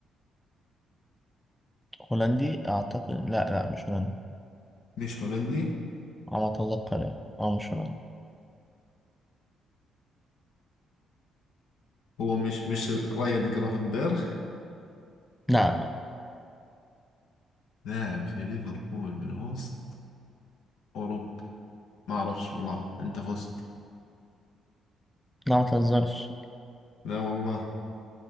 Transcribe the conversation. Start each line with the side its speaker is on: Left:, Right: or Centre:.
Centre: هولندي أعتقد لا لا مش هولندي
Left: مش هولندي
Centre: على ما أتذكر يعني أه مش هولندي
Left: هو مش مش رايان جرافنبرغ
Centre: لا لا
Left: لاعب في ليفربول بالوسط أوروبي ما أعرفش والله أنت فزت
Centre: لا ما تهزرش
Left: لا والله